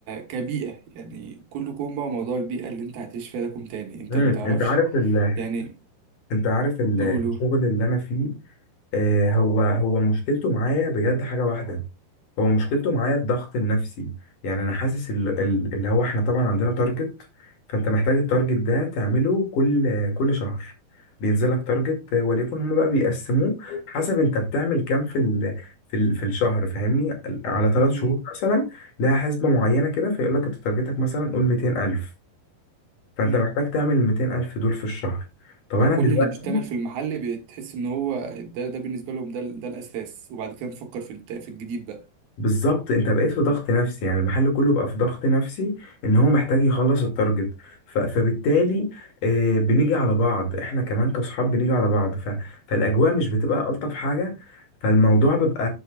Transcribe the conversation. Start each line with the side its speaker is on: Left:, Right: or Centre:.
Right: كبيئة يعني كله كوم بقى موضوع البيئة اللي انت هتعيش فيها ده كوم تاني انت
Left: مم.
Right: ما تعرفش
Left: انت عارف ال...
Right: يعني
Left: انت عارف ال...
Right: قولوا
Left: الشغل اللي انا فيه آه، هو هو مشكلته معايا بجد حاجة واحدة هو مشكلته معايا الضغط النفسي يعني أنا حاسس ال- ال- اللي هو إحنا طبعا عندنا تارجت فأنت محتاج التارجت ده تعمله كل كل شهر بينزلك تارجت آه، وليكن هما بقى بيقسموه حسب أنت بتعمل كام في ال في ال في الشهر فاهمني على ثلاث
Right: مم،
Left: شهور مثلا لها حسبة معينة كده فيقول لك أنت تارجتك مثلا قول 200 ألف فأنت
Right: مم.
Left: محتاج تعمل ال 200 ألف دول في الشهر طب أنا
Right: فكل
Left: دلوقتي
Right: اللي بيشتغل في المحل بتحس ان هو ده ده بالنسبة لهم ده ال- ده الاساس وبعد كده نفكر في الت- في الجديد بقى
Left: بالظبط انت بقيت في ضغط نفسي يعني المحل كله بقى في ضغط نفسي ان هو محتاج يخلص التارجت ف- فبالتالي آه، بنيجي على بعض احنا كمان كصحاب بنيجي على بعض ف... فالاجواء مش بتبقى الطف حاجه فالموضوع بيبقى